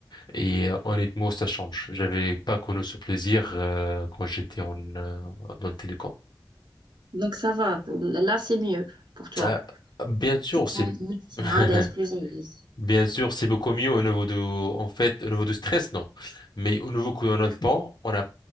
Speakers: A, on the left; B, on the right.
A: Et euh, honnêtement, ça change. J'avais pas connu ce plaisir euh, quand j'étais en euh, dans le télécom.
B: Donc ça va. Là, c'est mieux pour toi.
A: Ah, bien sûr,
B: Tu te
A: c'est
B: sens mieux, tu te sens
A: <laughs>
B: à l'aise, plus à l'aise.
A: bien sûr, c'est beaucoup mieux au niveau de, en fait, au niveau du stress, non. Mais au niveau qu'on a le temps, on n'a